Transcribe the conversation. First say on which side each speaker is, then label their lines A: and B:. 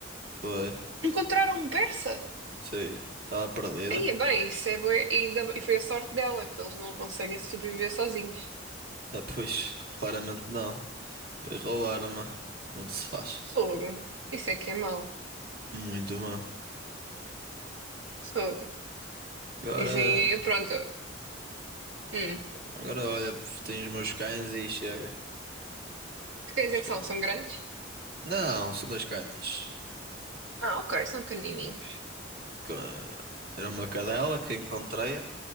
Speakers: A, on the right; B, on the right.
A: Foi.
B: encontraram um persa?
A: Sei, estava perdida.
B: Aí é bem, isso é bué- E, ainda- e foi a sorte dela, que eles não conseguem sobreviver sozinhos.
A: Ah, Pois, claramente não. Pois roubaram-me. Não se faz.
B: Fogo. Isso é que é mau.
A: Muito mal.
B: Fogo.
A: Agora,
B: Isso aí, eu- pronto. Hum.
A: agora olha, tenho os meus cães e chega.
B: Que cães
A: Os
B: é
A: cães.
B: que são? São grandes?
A: Não, são dois cães.
B: Ah, ok, são canininhos.
A: Co- Era uma cadela que encontrei.